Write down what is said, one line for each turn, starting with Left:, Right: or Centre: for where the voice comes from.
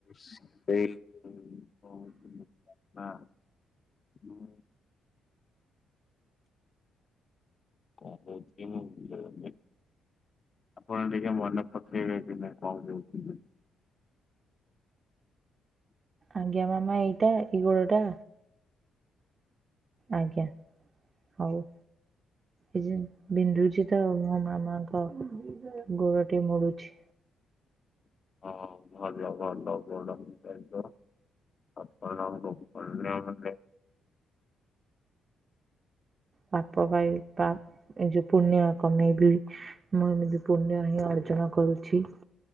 Left: ସେଇ କହୁଥିଲି ନା ମୁଁ କଣ କହୁଥିଲି ମୁଁ ଭୁଲିଗଲି। ଆପଣ ଟିକେ ମନେ ପକେଇବେ କି ମୁଁ କଣ କହୁଥିଲି?
Right: ଆଜ୍ଞା ମାମା ଏଇଟା, ଏଇ ଗୋଡଟା? ଆଜ୍ଞା, ହଉ। ଏ ଯେନ ବିନ୍ଧୁଛି ତ ମୋ ମାମାଙ୍କ ଗୋଡ ଟିକେ ମୋଡୁଛି।
Left: ହଁ ଭଲ ଭଲ, ଗୋଡ଼ <unintelligible> <unintelligible> ଅନ୍ୟମାନେ
Right: ପାପ ବାଇ ପା ଏ ଯୋଉ ପୁଣ୍ୟ କମେଇବି। ମୁଁ ଏମିତି ପୁଣ୍ୟ ହିଁ ଅର୍ଜନ କରୁଛି।